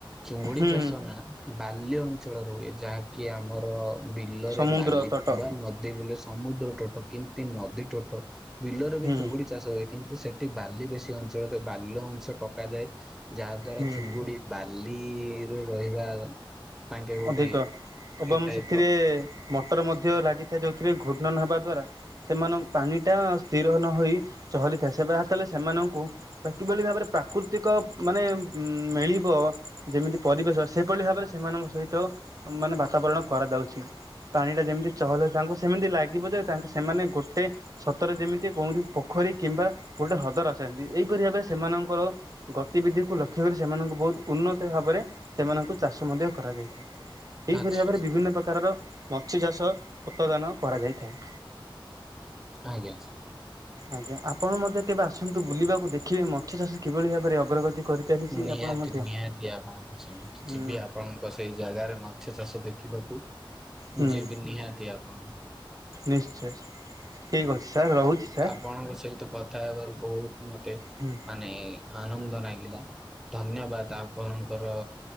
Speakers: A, in the centre; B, on the right (about 40°).
A: ଚୁଙ୍ଗୁଡି
B: ହୁଁ
A: ଚାଷ ନା ବାଲ୍ୟ ଅଞ୍ଚଳ ର ହୁଏ ଯାହାକି ଆମର ବିଲରେ
B: ସମୁଦ୍ର
A: ବାଲିଥିବା
B: ତଟ
A: ନଦୀ ବୁ ସମୁଦ୍ର ଟୋଟ କେମତି ନଦୀ ଟୋଟ ବିଲରେ ବି
B: ହୁଁ
A: ଚିଙ୍ଗୁଡି ଚାଷ ହୁଏ। କି ସେଠି ବାଲି ବେଶୀ ଅଞ୍ଚଳରେ ବାଲ୍ୟ ଅଂଶ ପକାଯାଏ ଯାହା ଦ୍ଵାରା
B: ହୁଁ।
A: ଚୁଙ୍ଗୁଡି ବାଲିରେ ରହିବା ତାଙ୍କେ ଗୋଟେ
B: ଅଧିକ ଏବଂ
A: ଏ ଟାଇପ
B: ସେଥିରେ
A: ର
B: ମଟର ମଧ୍ୟ ଲାଗିଥାଏ ଯେଉଁଥିରେ ଘୂର୍ଣ୍ଣ ନ ହେବା ଦ୍ଵାରା ସେମାନଙ୍କ ପାଣିଟା ସ୍ଥିର ନ ହୋଇ ଚହଲିଥାଏ ସେ ବର୍ ହାତ ହେଲେ ସେମାନଙ୍କୁ ବା କି ବୋଲି ଭାବରେ ପ୍ରାକୃତିକ ମାନେ ମିଳିବ ଯେମିତି ପରିବେଶ ସେଭଳି ଭାବରେ ସେମାନଙ୍କ ସହିତ ତୋ ମାନେ ବାତାବରଣ କରାଯାଉଛି। ପାଣି ଟା ଯେମିତି ଚହଲେ ତାଙ୍କୁ ସେମିତି ଲାଗିବ ଯେ ତାଙ୍କ ସେମାନେ ଗୋଟେ ସତରେ ଯେମିତି କେଉଁଠି ପୋଖରୀ କିମ୍ବା ଗୋଟେ ହ୍ରଦର ଆଛନ୍ତି। ଏହିପରି ଭାବେ ସେମାନଙ୍କର ଗତିବିଧିକୁ ଲକ୍ଷ୍ୟ କରି ସେମାନଙ୍କୁ ବହୁତ ଉନ୍ନତ ଭାବରେ ସେମାନଙ୍କୁ ଚାଷ ମଧ୍ୟ କରାଯାଇଥାଏ। ଏହିପରି
A: ଆଚ୍ଛା
B: ଭାବରେ ବିଭିନ୍ନ ପ୍ରକାରର ମଛ୍ଯ ଚାଷ ଉତ୍ପାଦନ କରାଯାଇଥାଏ।
A: ଆଜ୍ଞା
B: ଆଜ୍ଞା ଆପଣ ମଧ୍ୟ କେବେ ଆସନ୍ତୁ, ବୁଲିବାକୁ ଦେଖିବେ ମଛ୍ଯ ଚାଷ କିଭଳି ଭାବରେ ଅଗ୍ରଗତି କରିଚାଲିଛି
A: ନିହାତି
B: ଆପଣ ମଧ୍ୟ
A: ନିହାତି ଆପଣ ସଙ୍ଗିତ
B: ହୁଁ
A: ଯିବି ଆପଣଙ୍କ ସେଇ ଜାଗାରେ ମାଛ ଚାଷ ଦେଖିବାକୁ ମୁଁ
B: ହୁଁ
A: ଯିବି। ନିହାତି ଆପଣ
B: ନିଶ୍ଚୟ, ଠିକ୍ ଅଛି ସାର୍ ରହୁଛି। ସାର୍
A: ଆପଣଙ୍କ ସହିତ କଥା ହେବାରୁ, ବହୁତ ମତେ
B: ହୁଁ
A: ମାନେ ଆନନ୍ଦ ଲାଗିଲା। ଧନ୍ୟବାଦ ଆପଣଙ୍କର